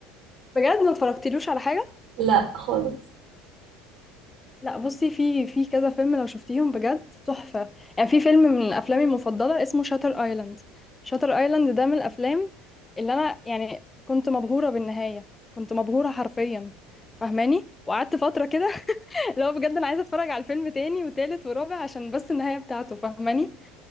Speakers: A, on the left (about 15°); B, on the right (about 60°).
A: بجد ما اتفرجتلوش على حاجه
B: <laughs> لا خالص
A: لا بصي في في كذا فيلم لو شفتيهم بجد تحفة يعني في فيلم من أفلامي المفضلة اسمه شاتر ايلاند شاتر ايلاند ده من الأفلام اللي أنا يعني كنت مبهورة بالنهاية كنت مبهورة حرفيا فاهماني وقعدت فترة كده <laughs> لو بجد أنا عايزة أتفرج على الفيلم تاني وتالت ورابع عشان بس النهاية بتاعته فاهماني